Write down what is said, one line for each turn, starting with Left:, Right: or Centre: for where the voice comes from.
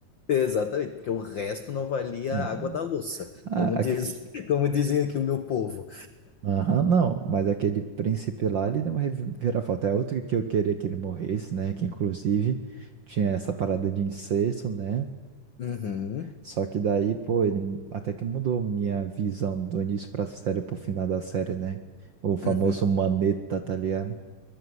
Left: exatamente, porque o resto não valia
Right: É.
Left: a água da louça,
Right: Ah,
Left: como
Right: aque-
Left: diz, como dizem aqui o meu povo.
Right: Aham, não. Mas aquele príncipe lá, ele deu uma reviravolta. É outro que eu queria que ele morresse, né? Que inclusive tinha essa parada de incesto, né?
Left: Uhum,
Right: Só que daí, pô, ele até que mudou minha visão do início pra série pro final da série, né? O famoso
Left: uhum,
Right: Maneta, tá ligado?